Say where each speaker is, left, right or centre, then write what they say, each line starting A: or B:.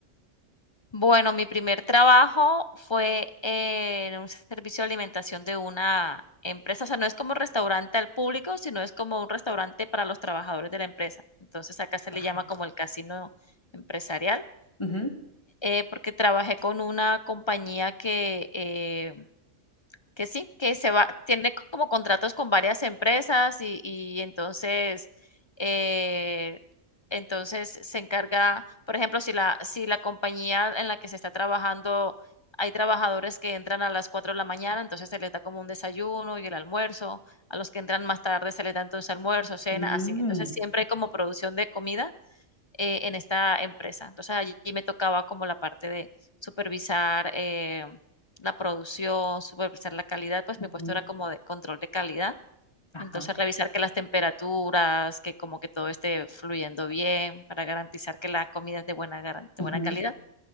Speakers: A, on the left; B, on the left.
A: Bueno, mi primer trabajo fue en un servicio de alimentación de una empresa, o sea, no es como restaurante al público, sino es como un restaurante para los trabajadores de la empresa. Entonces, acá se
B: Ajá.
A: le llama como el casino empresarial,
B: Ujú.
A: eh, porque trabajé con una compañía que, eh, Que sí, que se va tiene como contratos con varias empresas y y entonces, eh, entonces se encarga, por ejemplo, si la si la compañía en la que se está trabajando, hay trabajadores que entran a las 4 de la mañana, entonces se les da como un desayuno y el almuerzo, a los que entran más tarde se les da entonces almuerzo, cena,
B: Mm.
A: así. Entonces, siempre hay como producción de comida eh, en esta empresa. Entonces allí me tocaba como la parte de supervisar eh, la producción, supervisar la calidad, pues
B: Ujú.
A: mi puesto era como de control de calidad.
B: Ajá.
A: Entonces revisar que las temperaturas, que como que todo esté fluyendo bien para garantizar que la comida es de buena, garan- de
B: ujú.
A: buena calidad.